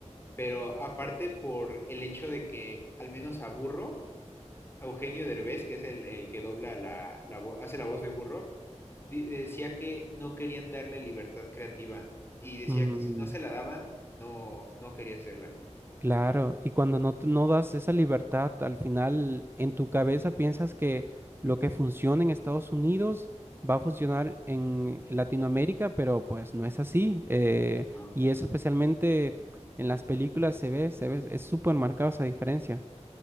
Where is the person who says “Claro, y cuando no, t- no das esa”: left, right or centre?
Right